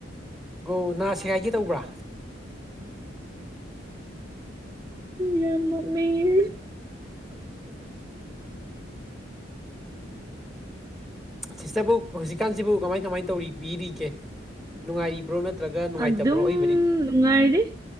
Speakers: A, in the centre; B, on the right.
A: ꯑꯣ ꯅꯥ ꯁꯦꯒꯥꯏꯒꯦ ꯇꯧꯕ꯭ꯔꯥ
B: ꯌꯥꯝ ꯅꯣꯛꯅꯤꯡꯉꯦ
A: ꯁꯤꯁꯇꯔꯕꯨ ꯍꯧꯖꯤꯛꯀꯥꯟꯁꯤꯕꯨ ꯀꯃꯥꯏ ꯀꯃꯥꯏ ꯇꯧꯕꯤꯔꯤꯒꯦ ꯅꯨꯡꯉꯥꯏꯔꯤꯕ꯭ꯔꯣ ꯅꯠ ꯅꯠꯇ꯭ꯔꯒ ꯅꯨꯡꯉꯥꯏꯇꯕ꯭ꯔꯣ
B: ꯑꯗꯨꯝ
A: ꯑꯩꯕꯨꯗꯤ
B: ꯅꯨꯡꯉꯥꯏꯔꯤ